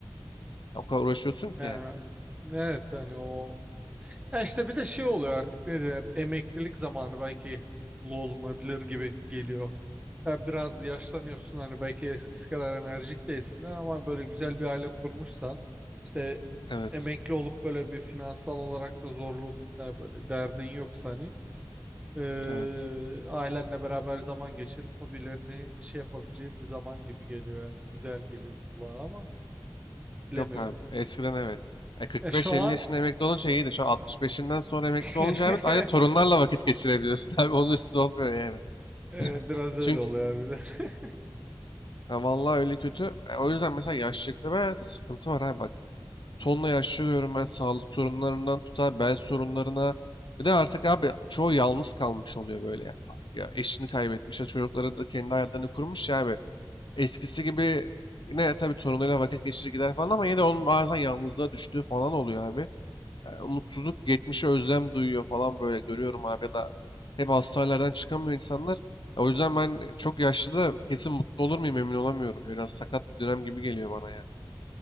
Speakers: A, on the left; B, on the right.
A: O kadar uğraşıyorsun ki
B: Yani,
A: yani.
B: evet hani o Ya işte bir de şey oluyor artık ne derler, emeklilik zamanı belki mutlu olunabilir gibi geliyor. Ya biraz yaşlanıyorsun hani belki eskisi kadar enerjik değilsin de ama böyle güzel bir aile kurmuşsan işte
A: Evet.
B: emekli olup böyle bir finansal olarak da zorluğun e, böyle derdin yoksa hani e,
A: Evet.
B: ailenle beraber zaman geçirip hobilerini şey yapabileceğin bir zaman gibi geliyor yani güzel geliyor kulağa ama bilemiyorum.
A: Yok abi.
B: Ya,
A: Eskiden evet. E, 45-50
B: Ya şu an
A: yaşında emekli olunca iyiydi. Şu an 65'inden sonra emekli
B: <laughs>
A: olunca evet aynı torunlarla vakit geçirebiliyorsun <laughs> abi. Onun üstü olmuyor yani.
B: Ee, biraz
A: E, Çünkü
B: öyle oluyor harbiden. <laughs>
A: ya vallahi öyle kötü. E, o yüzden mesela yaşlılıkta ben sıkıntı var abi. Bak tonla yaşlı görüyorum ben sağlık sorunlarından tutar bel sorunlarına. Bir de artık abi çoğu yalnız kalmış oluyor böyle. Ya, ya eşini kaybetmiş ya çocukları da kendi hayatlarını kurmuş ya abi. Eskisi gibi yine tabii torunuyla vakit geçirir gider falan ama yine de onun bazen yalnızlığa düştüğü falan oluyor abi. Yani umutsuzluk, geçmişe özlem duyuyor falan böyle görüyorum abi ya da hep hastanelerden çıkamıyor insanlar. Ya o yüzden ben çok yaşlı da kesin mutlu olur muyum emin olamıyorum. Biraz sakat bir dönem gibi geliyor bana ya.